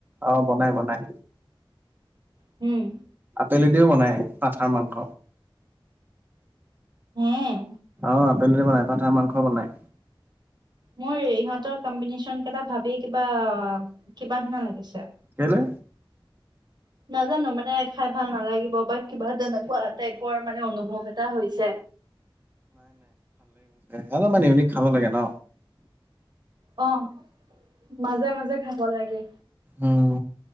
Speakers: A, on the right; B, on the right.
A: অ' বনাই বনাই।
B: হম।
A: বেলি দিও বনাই আাঠাৰ মাংস।
B: হম।
A: আহ আপেল বনাই পঠা মাংস বনাই।
B: মোৰ ইহঁতৰ কম্বিনেশচন কেইটা ভাবি কিবা কিবনিষ্ণা লাগিছে।
A: কেলে
B: নাজানো মানে খাই ভাল নালাগিব। বাকী বাদ নোৱা প মানে অনুভৱ এটা হৈছে
A: হ মানে এ খাব লাগে ন।
B: অ' মাজে মাজে খাব লাগে।
A: উম